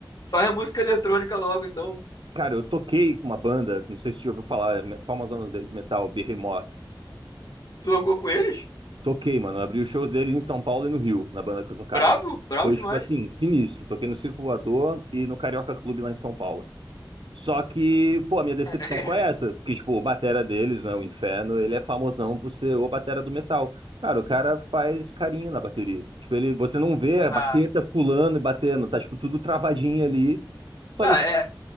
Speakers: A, on the left; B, on the right.
A: faz a música eletrônica logo, então.
B: Cara, eu toquei com uma banda, não sei se você já ouviu falar, é me- famosona de metal, Behemoth.
A: Tu Tocou com eles?
B: Toquei, mano. Eu abri os shows deles em São Paulo e no Rio, na banda que eu tocava.
A: Brabo, brabo
B: Foi,
A: demais.
B: tipo assim, sinistro. Toquei no Circo Voador e no Carioca Clube lá em São Paulo. Só que, pô, a minha decepção
A: <laughs>
B: foi essa. Porque, tipo, o batera deles, né, o Inferno, ele é famosão por ser o batera do metal. Cara, o cara faz carinho na bateria. Tipo, ele, você não vê a
A: Ah,
B: baqueta pulando e batendo, tá, tipo, tudo travadinho ali. Só
A: não,
B: que,
A: é,
B: tipo,